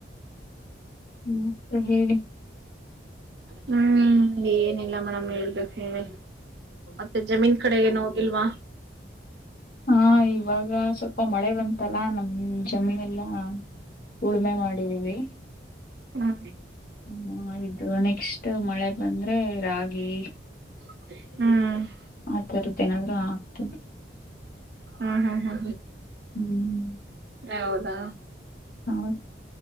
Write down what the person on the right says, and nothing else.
ಹ್ಮ್ ಏನಿಲ್ಲ ಮೇಡಮ್ ಹೇಳ್ಬೇಕ ಹೇಳಿ ಮತ್ತೆ ಜಮೀನ್ ಕಡೆಗೆ ನೋ ಇಲ್ವಾ
ಹಾ
ಹ್ಮ
ಹಾ ಹಾ ಹಾ
ಹೌದಾ